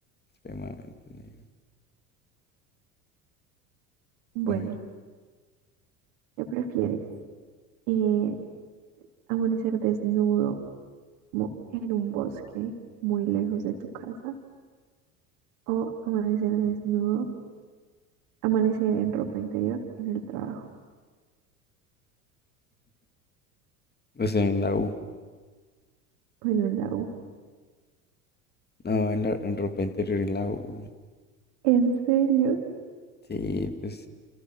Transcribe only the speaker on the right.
Bueno,
¿qué prefieres? Eh, amanecer desnudo como en un bosque muy lejos de tu casa o amanecer desnudo, amanecer en ropa interior en el trabajo,
bueno, en la U.
¿En serio?